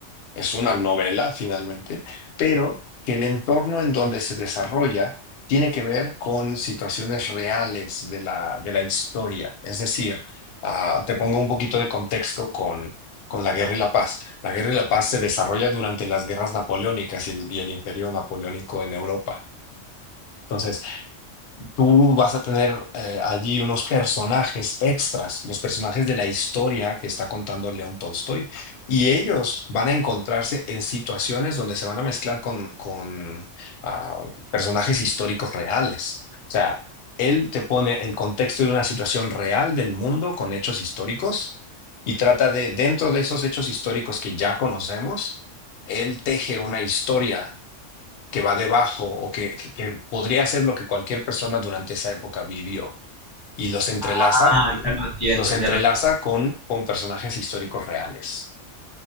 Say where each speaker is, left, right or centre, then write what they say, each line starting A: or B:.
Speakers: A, on the left; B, on the left.
A: es una novela finalmente, pero que el entorno en donde se desarrolla tiene que ver con situaciones reales de la, de la historia. Es decir, ah, te pongo un poquito de contexto con, con la Guerra y la Paz. La Guerra y la Paz se desarrolla durante las guerras napoleónicas y el, y el Imperio Napoleónico en Europa. entonces tú vas a tener eh, allí unos personajes extras, los personajes de la historia que está contando León Tolstoy, y ellos van a encontrarse en situaciones donde se van a mezclar con, con, ah, personajes históricos reales. O sea, él te pone el contexto de una situación real del mundo con hechos históricos y trata de, dentro de esos hechos históricos que ya conocemos, él teje una historia que va debajo o que, que- que podría ser lo que cualquier persona durante esa época vivió y los entrelaza,
B: Ah, ya lo entiendo,
A: los entrelaza
B: ya lo entiendo.
A: con, con personajes históricos reales.